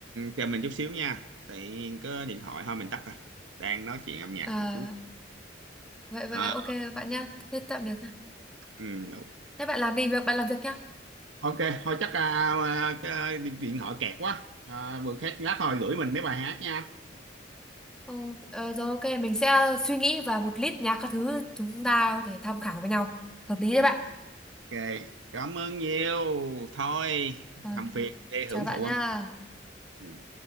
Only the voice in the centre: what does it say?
Ờ,
vậy vậy
ok bạn nha thế tạm biệt
Thế bạn làm đi việc, bạn làm việc nhá.
Ờ, ờ, rồi ok, mình sẽ suy nghĩ và một list nhạc các thứ chúng ta có thể tham khảo với nhau. Hợp lý
đấy bạn.
Ờ,
chào bạn
nha.